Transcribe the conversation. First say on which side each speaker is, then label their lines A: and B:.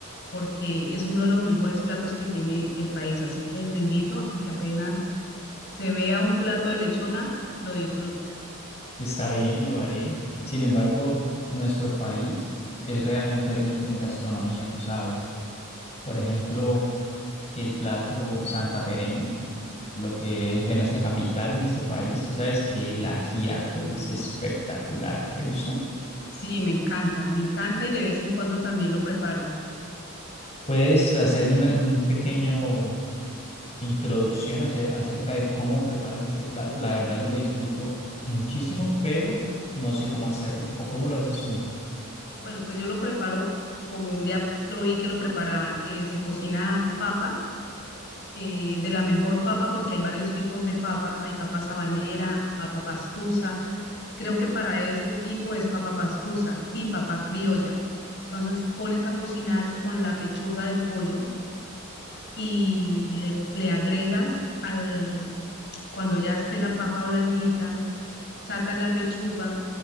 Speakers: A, on the left; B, on the left.
A: porque es uno de los mejores platos que tiene el país. Así que lo invito a que apenas se vea un plato de lechona, lo disfrutes.
B: Está bien, lo haré. Sin embargo, nuestro país es realmente rico en gastronomía, tú sabes. Por ejemplo, el plato santafereño lo que es de nuestra capital en este país. Tú sabes que la ajiaco es espectacular. ¿Te gusta?
A: Sí, me encanta, me encanta y de vez en cuando también lo preparo.
B: ¿Puedes hacerme una, un pequeño introducción ace- acerca de cómo preparas este plato? La verdad lo disfruto muchísimo, pero no sé cómo hacerlo o cómo lo haces tú.
A: Bueno, pues yo lo preparo como un día lo vi que lo preparaban. eh, se cocina papa, eh, de la mejor papa porque hay varios tipos de papa. Hay papa sabanera, papa pastusa. Creo que para este tipo es papa pastusa y papa criolla. Entonces pones a cocinar con la pechuga del pollo y le, le agregas al, cuando ya esté la papa blandita sacas la pechuga,